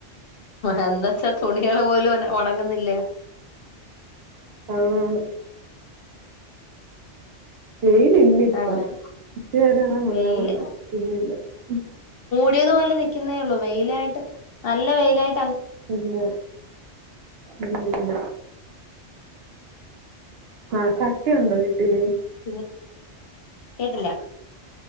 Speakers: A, on the left (about 60°); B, on the right (about 65°).
A: എന്ന് വെച്ചാ തുണി ള് പോലും ഒണങ്ങുന്നില്ല
B: ആ ണാണ് വെയിലില്ലി പ്പം
A: അങ്ങനെ
B: ഉച്ചവരെ ങ്ങനെ വന്നാ
A: വെയില്
B: വന്ന് പിന്നില്ല ഉം
A: ടിയത്പോലെ നിക്കുന്നേ ഉള്ളൂ വെയിലായിട്ട് നല്ല വെയിലായി
B: ഇല്ല ഇല്ലല്ല ആ ചക്ക യുണ്ടോ വീട്ടില്
A: പിന്ന കേട്ടില്ല